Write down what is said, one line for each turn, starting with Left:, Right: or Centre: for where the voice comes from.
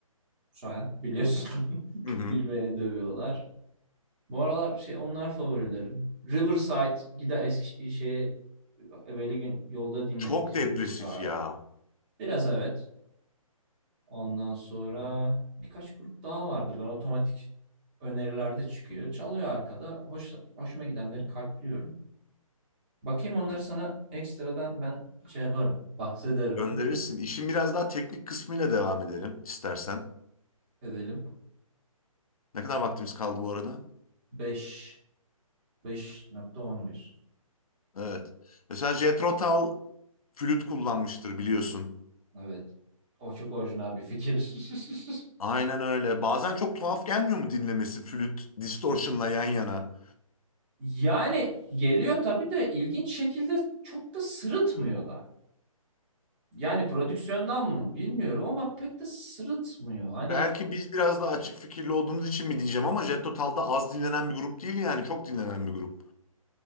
Right: Soen biliyorsun. <laughs>
Left: Hı hı.
Right: Bilmeyeni dövüyorlar. Bu aralar şey onlar favorilerim. Riverside gider eski şeyi evveli gün yolda dinledik
Left: Çok depresif
Right: Riverside.
Left: ya.
Right: Biraz evet. Ondan sonra birkaç grup daha vardı. Ben otomatik önerilerde çıkıyor. Çalıyor arkada. Hoş, hoşuma gidenleri kalpliyorum. Bakayım onları sana ekstradan ben şey yaparım. Bahsederim.
Left: Gönderirsin.
Right: <laughs>
Left: İşin biraz daha teknik kısmıyla devam edelim istersen.
Right: Edelim.
Left: Ne kadar vaktimiz kaldı bu arada?
Right: Beş. Beş nokta on bir.
Left: Evet. Mesela Jethro Tull flüt kullanmıştır biliyorsun.
Right: Evet. O çok orijinal bir fikir. <laughs>
Left: Aynen öyle. Bazen çok tuhaf gelmiyor mu dinlemesi flüt distortion'la yan yana?
Right: Yani geliyor tabii de ilginç şekilde çok da sırıtmıyor da. Yani prodüksiyondan mı bilmiyorum ama pek de sırıtmıyor. Hani
Left: Belki biz biraz daha açık fikirli olduğumuz için mi diyeceğim ama Jethro Tull da az dinlenen bir grup değil yani çok dinlenen bir grup.